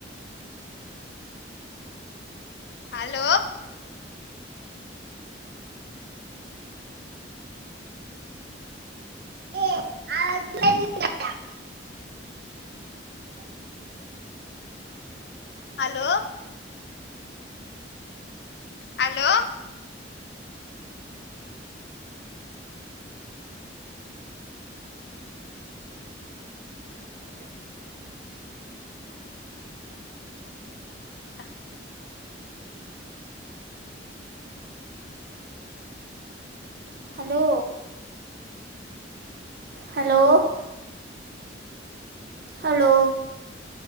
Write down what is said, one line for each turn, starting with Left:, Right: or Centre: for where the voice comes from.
Left: ஹலோ
Right: <inaudible> <inaudible>
Left: ஹலோ ஹலோ
Right: <inaudible>
Left: அ இந்தா <inaudible>
Right: ஹலோ ஹலோ ஹலோ